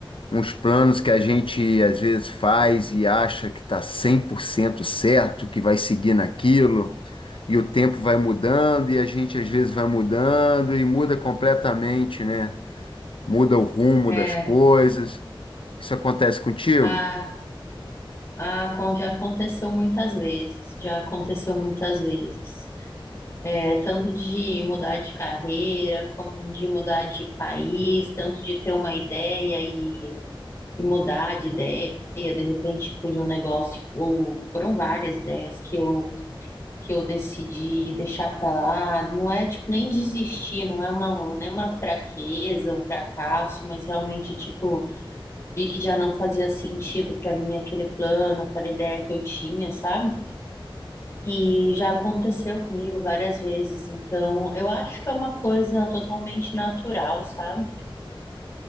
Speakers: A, on the left; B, on the left.
A: uns planos que a gente às vezes faz e acha que está 100% certo, que vai seguir naquilo, e o tempo vai mudando, e a gente às vezes vai mudando e muda completamente, né? Muda o rumo
B: É,
A: das coisas. Isso acontece contigo?
B: a, a Pon já aconteceu muitas vezes, já aconteceu muitas vezes. É, tanto de mudar de carreira, como de mudar de país, tanto de ter uma ideia e, e mudar de ideia, de repente por um negócio, ou foram várias ideias que eu, que eu decidi deixar para lá. Não é tipo nem desistir, não é uma, nem uma fraqueza, um fracasso, mas realmente tipo. vi que já não fazia sentido para mim aquele plano, aquela ideia que eu tinha, sabe? E já aconteceu comigo várias vezes, então eu acho que é uma coisa totalmente natural, sabe?